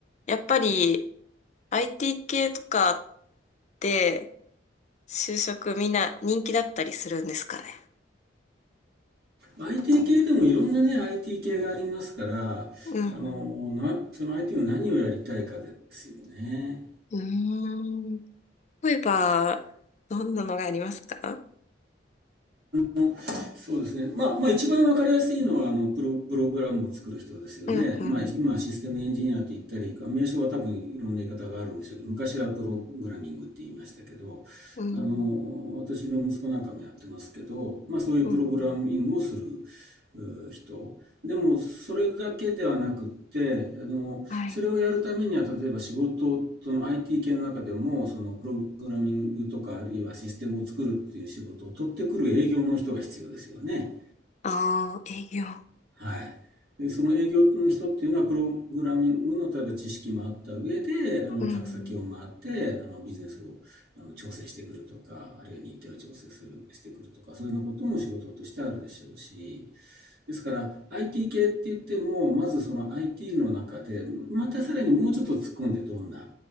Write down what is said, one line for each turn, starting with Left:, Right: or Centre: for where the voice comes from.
Left: やっぱり IT 系とかって就職みんな人気だったりするんですかね。
Right: IT 系でもいろんなね、IT 系がありますから、
Left: うん
Right: あの、な、その IT の何をやりたいかですよね。
Left: うん。うーん。例えば、どんなのがありますか
Right: もそうですね。まあ、まあ一番わかりやすいのは、あの、プロ、プログラムを作る人ですよね。
Left: うんうん。
Right: まあ、今、システムエンジニアって言ったり、名称は多分いろんな言い方があるんでしょうけど、昔はプログラミングって言いましたけど、
Left: うん。
Right: あの、私の息子なんかもやってますけど、まあそういうプログラミングをする
Left: うん。
Right: 人。でもそれだけではなくってあのそれをやるためには例えば仕事その
Left: はい。
Right: IT 系の中でもそのプログラミングとかあるいはシステムを作るっていう仕事を取ってくる営業の人が必要ですよね。
Left: ああ、営業。
Right: はい。で、その営業の人っていうのは、プログラミングの例えば知識もあった上で、あの客先を回って、
Left: うん。
Right: あのビジネスをあの調整してくるとか、あるいは日程を調整する、してくるとか、そういうようなことも仕事としてあるでしょうし、ですから IT 系って言っても、まずその IT の中で、またさらにもうちょっと突っ込んでどんな